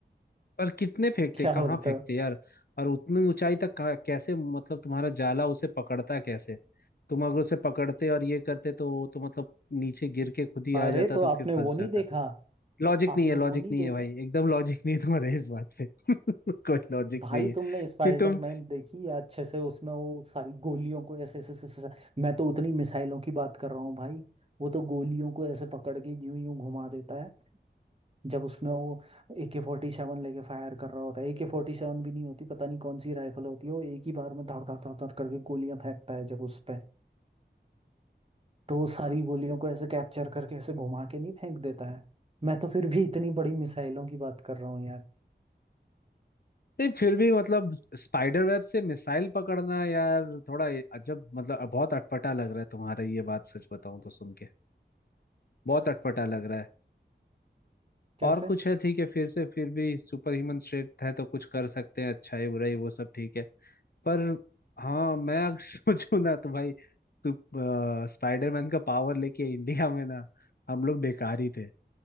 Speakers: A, on the left; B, on the right.
A: पर कितने फेंकते
B: क्या बोलते
A: कहाँ फेंकते
B: हो
A: यार और उतनी ऊंचाई तक कहाँ- कैसे मतलब तुम्हारा जाला उसे पकड़ता कैसे तुम अगर उसे पकड़ते और ये करते तो वो तो मतलब नीचे गिर के खुद ही
B: अरे
A: आ जाता
B: तो
A: तो
B: आपने
A: फिर फंस
B: वो नहीं
A: जाता
B: देखा
A: लॉजिक
B: आपने
A: नहीं है लॉजिक
B: वो नहीं
A: नहीं
B: देखा
A: है भाई एकदम लॉजिक नहीं है तुम्हारे इस बात पे <laughs> कोई लॉजिक
B: भाई
A: नहीं है
B: तुमने स्पाइडरमैन
A: कि तुम
B: देखी या अच्छे से उसमें वो सारी गोलियों को ऐसे ऐसे ऐसे ऐसे- मैं तो उतनी मिसाइलों की बात कर रहा हूँ भाई वो तो गोलियों को ऐसे पकड़ के यूं यूं घुमा देता है जब उसमें वो ए के फोर्टी सेवन लेके फायर कर रहा होता है ए के फोर्टी सेवन भी नहीं होती पता नहीं कौन सी राइफल होती है वो एक ही बार में धड़ धड़ धड़ धड़ करके गोलियां फेंकता है जब उस पे तो वो सारी गोलियों को ऐसे कैप्चर करके ऐसे घुमा के नहीं फेंक देता है मैं तो फिर भी इतनी बड़ी मिसाइलों की बात कर रहा हूँ यार
A: नहीं फिर भी मतलब स्पाइडर वेब से मिसाइल पकड़ना यार थोड़ा अजब मतलब बहुत अटपटा लग रहा है तुम्हारा ये बात सच बताऊं तो सुन के बहुत अटपटा लग रहा है
B: कैसे
A: और कुछ है ठीक है फिर से फिर भी सुपर ह्यूमन स्ट्रेंथ है तो कुछ कर सकते हैं अच्छाई बुराई वो सब ठीक है पर हाँ मैं अगर <laughs> सोचूं ना तो भाई तू स्पाइडरमैन का पावर लेके इंडिया में ना हम लोग बेकार ही थे